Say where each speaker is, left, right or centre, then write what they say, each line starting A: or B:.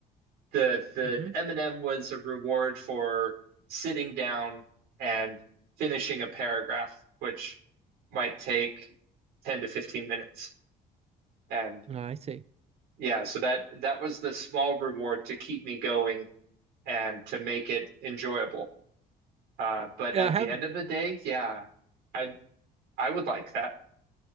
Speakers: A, on the right; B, on the right.
A: the the
B: Mm-hmm.
A: M&M was a reward for sitting down and finishing a paragraph, which might take 10 to 15 minutes. And
B: I see.
A: yeah, so that that was the small reward to keep me going and to make it enjoyable. Uh, but at
B: Uh, have
A: the end of the day, yeah, I I would like that.